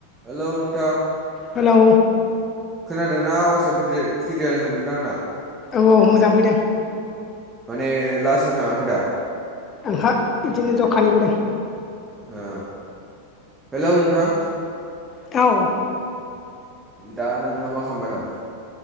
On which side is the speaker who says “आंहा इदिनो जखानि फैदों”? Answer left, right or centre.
Left